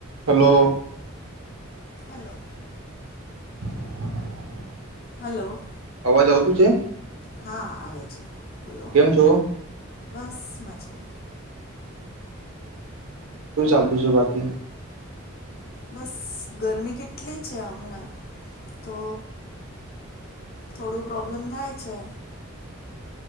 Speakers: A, on the right; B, on the left.
A: હલો
B: હલો
A: <inaudible>
B: હલો
A: અવાજ આવતું છે
B: હા આવે છે બોલો
A: કેમ છો
B: બસ મને અચ્છા
A: શું ચાલતું છે બાકી
B: બસ ગરમી કેટલી છે હમણાં તો થોડું પ્રોબ્લેમ થાય છે.